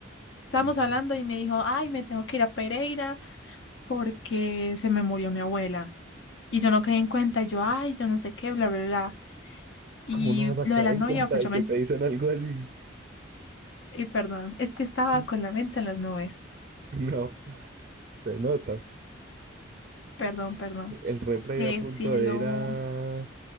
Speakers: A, on the left; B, on the right.
A: Estábamos
B: Mm,
A: hablando y me dijo, ay, me tengo que ir a Pereira porque se me murió mi abuela. Y yo no caí en cuenta, y yo, ay, yo no sé qué, bla, bla, bla. Y
B: ¿Cómo no vas a
A: lo
B: caer
A: de la
B: en
A: novia,
B: cuenta
A: pues
B: de
A: yo
B: que
A: me... ent-
B: te dicen algo así?
A: Y perdón, es que estaba
B: <laughs>
A: con la mente en las nubes.
B: No, se nota.
A: Perdón, perdón.
B: El repre
A: Es que
B: a punto
A: cielo.
B: de ir a, a,